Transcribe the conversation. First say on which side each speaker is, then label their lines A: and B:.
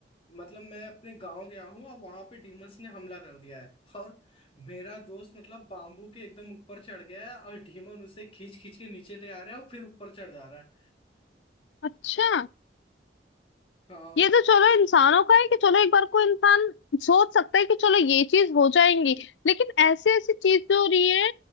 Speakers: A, on the left (about 30°); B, on the left (about 80°).
A: मतलब मैं अपने गांव गया हूँ और वहां पे डीमंस ने हमला कर दिया है और मेरा दोस्त मतलब बाम्बू के एकदम ऊपर चढ़ गया है और डीमन उसे खींच खींच के नीचे ले आ रहा है और फिर ऊपर चढ़ जा रहा है
B: अच्छा
A: हाँ
B: ये तो चलो इंसानों का है कि चलो एक बार को इंसान सोच सकता है कि चलो ये चीज हो जाएंगी लेकिन ऐसी ऐसी चीज जो हो रही है